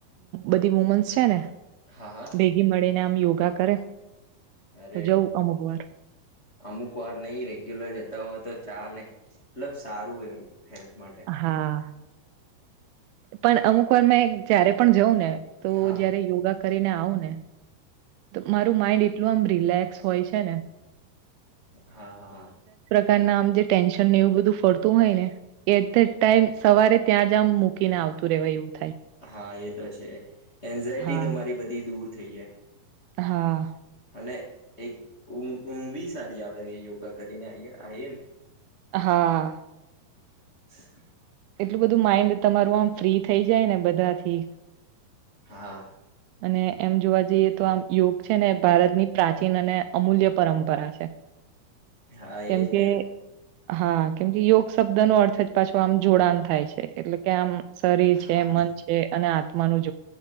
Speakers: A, on the right; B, on the left.
A: બધી વુમન્સ છે ને
B: હા હા
A: ભેગી મળીને આમ યોગા કરે.
B: અરે
A: તો જવું અમુક વાર
B: અમુક વાર નઈ રેગ્યુલર જતા હો તો ચાલે મતલબ સારું એમ હેલ્થ માટે
A: હા પણ અમુક વાર મેં જય્યારે પણ જઉં ને તો
B: હા
A: જયારે યોગા કરીને આવું ને મારું માઈન્ડ એટલું આમ રિલેક્સ હોય છે ને
B: હા હા હા
A: કાર ના આમ જે ટેન્શન ને એવું બધું ફરતું હોય ને એટ ધ ટાઈમ સવારે ત્યાં જ આમ મૂકીને આવે. તું રેવાયું.
B: હા એ તો છે એન્ઝાયટી
A: હા
B: તમારી બધી દૂર થઈ જાય.
A: હા
B: અને એક ઊઘવી સારી આવે યોગા કરીને આ આએ ને
A: હા
B: <inaudible>
A: એટલું બધું માઈન્ડ તમારું આમ ફ્રી થઈ જાય ને બધાથી
B: હા
A: અને એમ જોવા જઈએ તો આમ યોગ છે ને એ ભારતની પ્રાચીન અને અમૂલ્ય પરંપરા છે.
B: હા
A: કેમ
B: એજ
A: કે
B: ને
A: હા કેમકે યોગ શબ્દ નો અર્થ જ પાછો આમ જોડાણ થાય છે એટલે કે આમ શરીર
B: હા
A: છે
B: હા
A: મન છે અને આત્માનુંું